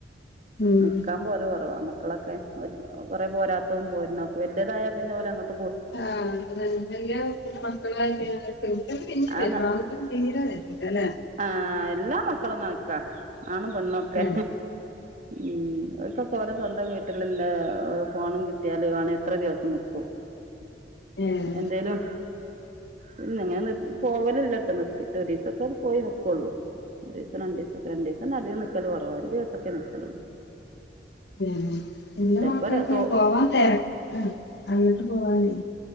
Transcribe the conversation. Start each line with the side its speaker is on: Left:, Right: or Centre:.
Left: ഉം
Right: നിക്കാൻ പോല് കൊറവാ മക്കളൊക്കെ കുറെ പോരാത്തു പോരുന്നെ വല്യയതായ പിന്നോല് അങ്ങോട്ട്
Left: ആഹ് അതന്നെ വല്യമക്കളായ പിന്നവര് പെകുട്യോള് പിന്നെ
Right: ആന്ന്
Left: വരു ആകുട്ടയള് തീരെ വരുല്ലല്ലേ
Right: ആഹ് എല്ലാ മക്കളുകണക്കാ ആണുപെണ്ണൊക്കെ
Left: ഉം
Right: ഉം ഒൽക്കൊക്കെസ്വന്തം വീട്ടിൽന്നെ ഫോണു കിട്ടിയാല് വേണ എത്ര ദിവസം നിക്കും
Left: ഉം
Right: എന്തേലും പിന്നിങ്ങനെ പോവലില്ലട്ടോ നിർത്തിയിട്ട് ഒരീസക്കെ പോയി നിക്കക്കുള്ളൂ ഒരീസരണ്ടീസൊക്കെ രണ്ടിസ നിക്കലൊറവാ ഒര് ദിവസൊക്കെ നിക്കലുള്ളു
Left: ഉം എന്റെ
Right: ചെലപ്പോ
Left: മക്കൾക്കെക്കെ
Right: ര തോ
Left: പോവാൻ തെരക്കാ അങ്ങട്ട് പോവാനേ